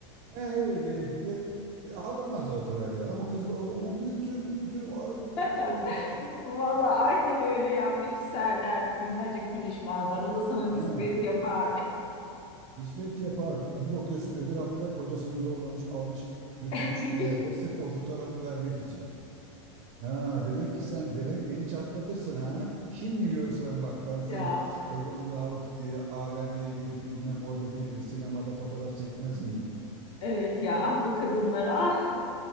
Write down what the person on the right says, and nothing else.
He, öyle gerekti. E, Alınmaz o kadar yani ama kız da orada o büyütür büyütür vay demek
ki öyle falan.
Ha.
Nispet yapar. Bir bakıyorsun öbür hafta kocasını zorlamış, almış, götürmüş
bir yerde sırf o fotoğrafı vermek için. Ha demek ki sen demek beni çatlatırsın ha. Şimdi görsen bak ben seni
kocamla alıp diye AVM'ye gidip bilmem oradaki sinemada fotoğraf çekmez miyim?